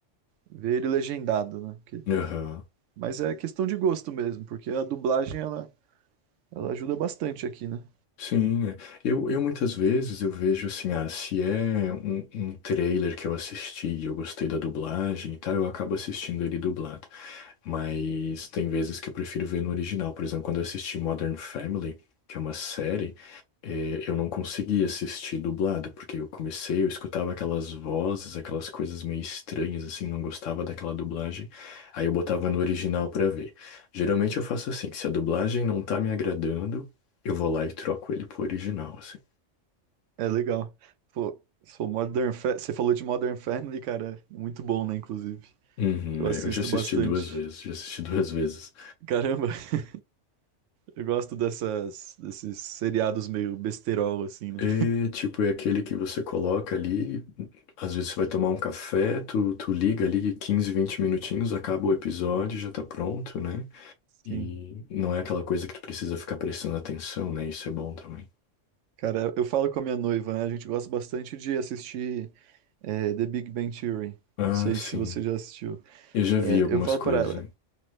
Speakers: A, on the right; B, on the left.
A: ver ele legendado, né? Porque-
B: aham.
A: mas é questão de gosto mesmo, porque a dublagem ela, ela ajuda bastante aqui, né?
B: Sim, é. eu, eu muitas vezes eu vejo assim, ah, se é um, um trailer que eu assisti e eu gostei da dublagem e tal, eu acabo assistindo ele dublado. Mas tem vezes que eu prefiro ver no original. Por exemplo, quando eu assisti Modern Family, que é uma série, eh, eu não conseguia assistir dublado, porque eu comecei, eu escutava aquelas vozes, aquelas coisas meio estranhas, assim, não gostava daquela dublagem. Aí eu botava no original pra ver. Geralmente eu faço assim, se a dublagem não tá me agradando, eu vou lá e troco ele pro original, assim.
A: É legal. Pô, sou Modern Fa- Você falou de Modern Family, cara. Muito bom, né? Inclusive,
B: Uhum,
A: eu assisto
B: é, eu já assisti
A: bastante.
B: duas vezes, já assisti duas vezes.
A: Caramba, <laughs> eu gosto dessas, desses seriados meio besterol, assim, né?
B: É, tipo, é aquele que você coloca ali, às vezes você vai tomar um café, tu, tu liga ali 15, 20 minutinhos, acaba o episódio, já tá pronto, né?
A: Sim.
B: E não é aquela coisa que tu precisa ficar prestando atenção, né? Isso é bom também.
A: Cara, eu falo com a minha noiva, né? A gente gosta bastante de assistir é, The Big Bang Theory.
B: Ah,
A: Não sei
B: sim.
A: se você já assistiu.
B: Eu já vi
A: É,
B: algumas
A: eu falo
B: coisas.
A: pra ela,
B: né?